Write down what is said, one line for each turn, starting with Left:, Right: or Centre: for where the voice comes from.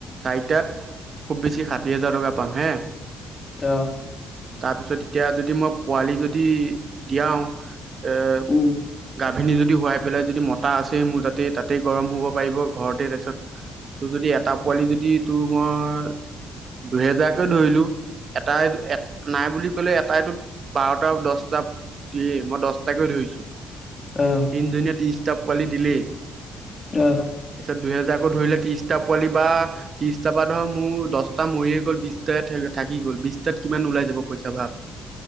Right: চাৰিটাত খুব বেছি ষাঠি হাজাৰ টকা পাম হে
Left: অ
Right: তাৰপিছত এতিয়া যদি মই পোৱালি যদি দিয়াও তে
Left: উম,
Right: গাভিনী যদি শোৱাই পেলাই যদি মত টা আছে মোৰ তাতে। তাতেই গৰম হ'ব পাৰিব ঘৰতে তাপিছত, তোৰ যদি এটা পোৱালি যদি টোৰ মই দুহেজাৰকে ধৰিলো, এটাই-এট নাই বুলি কলে এটাইটো বাৰটা-দছটা দিয়ে মই, দহটাকৈ ধৰিছো।
Left: আহ,
Right: তিন দিনীয়া তিৰিছ কিতাপ পোৱালি দিলে।
Left: অহ।
Right: দুহেজাৰ কৈ ধৰিলে ততিৰিষ্টা পোৱালি বা ততিৰিষ্টাৰ পৰা ধৰ মোৰ দহটা মৰিয়ে গ'ল বিষ্টা থাকি গ'ল। বিষ্টাত কিমান ওলাই যাব পইচা ভাৱ?